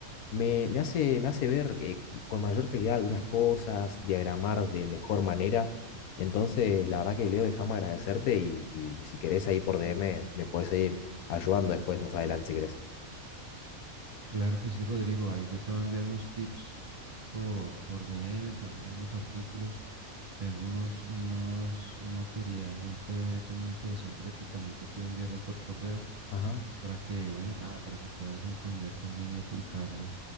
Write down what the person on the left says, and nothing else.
Me, me hace, me hace ver eh, con mayor claridad algunas cosas, diagramar de mejor manera. Entonces, la verdad que Leo, déjame agradecerte y, y si querés ahí por DM me puedes seguir ayudando después, más adelante, si querés.
Ajá.